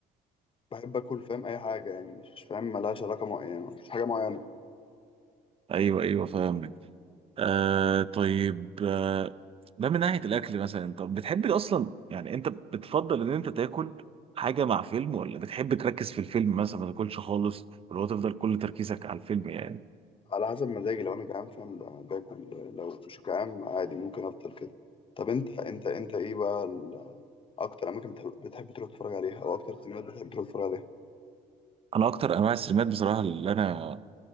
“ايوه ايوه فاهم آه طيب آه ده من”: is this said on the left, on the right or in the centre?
Right